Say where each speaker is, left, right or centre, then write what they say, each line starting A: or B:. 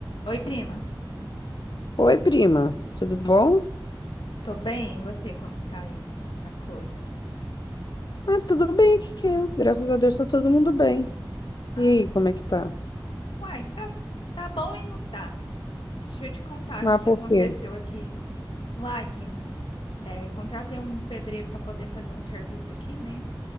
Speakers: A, on the left; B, on the left.
A: Oi, prima.
B: Oi, prima, tudo bom?
A: Tô bem? E você, como que tá aí as coisas?
B: Ah, tudo bem aqui. Graças a Deus tá todo mundo bem.
A: Ah,
B: E aí, como é que tá?
A: uai, tá, tá bom e não tá. Deixa eu te contar
B: Ah,
A: o que
B: por
A: aconteceu
B: quê?
A: aqui. Uai, prima, é, contratei um pedreiro para poder fazer um serviço aqui, né?